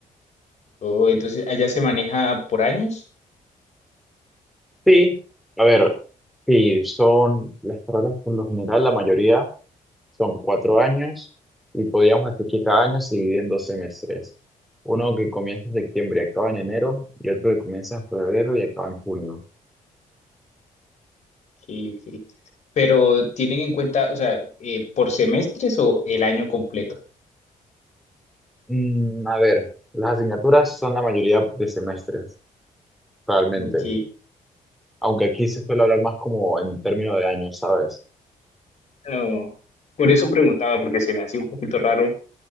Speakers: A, on the left (about 55°); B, in the centre.
A: Oh, entonces, allá se maneja por años,
B: Sí, a ver, sí, son las carreras por lo general, la mayoría son cuatro años y podríamos hacer que cada año se divide en dos semestres. Uno que comienza en septiembre y acaba en enero y otro que comienza en febrero y acaba en junio.
A: Ok, ok. Pero tienen en cuenta, o sea, eh, por semestres o el año completo.
B: Mm, a ver, las asignaturas son la mayoría de semestres, realmente.
A: Ok.
B: Aunque aquí se suele hablar más como en términos de años, ¿sabes?
A: No, por eso preguntaba, porque se me hacía un poquito raro